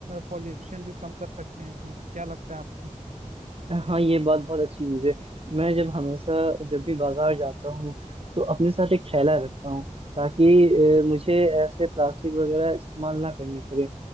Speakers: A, on the right; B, on the right.
A: पॉल्यूशन भी कम कर सकते हैं इसमें क्या लगता है आपको
B: <laughs> हाँ ये बात बहुत अच्छी चीज है मैं जब हमेशा जब भी बाजार जाता हूँ तो अपने साथ एक थैला रखता हूँ ताकि अ, मुझे ऐसे प्लास्टिक वगैरह इस्तेमाल ना करनी पड़े